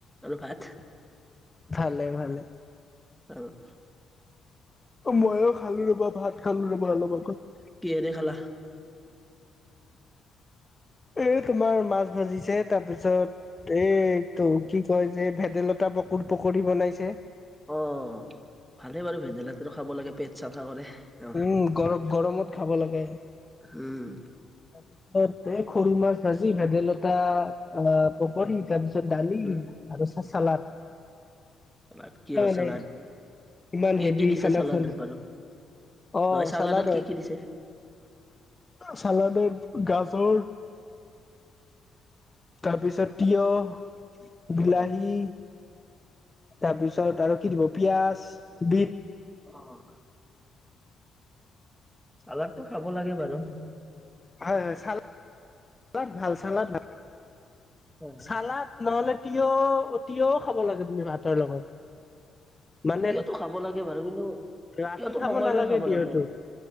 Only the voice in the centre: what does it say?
আৰু ভাত।
অঁ! <inaudible>
কিহে দি খালা? <unintelligible>
অ! ভালেই বাৰু ভেদাইলতা খাব লাগে পেট <inaudible> অ,
উম,
উম।
চালাড
কিহৰ চালাড
কি
কি দিছে
চালাডত
বাৰু
নহয়
কি
কি দিছে?
অ',
অঁ <inaudible> চালাডটো খাব লাগে বাৰু। <inaudible>
হয়
তিয়ঁহটো
খাব লাগে বাৰু কিন্তু
তিয়ঁহটো
সময়
লৈ
লাগে আৰু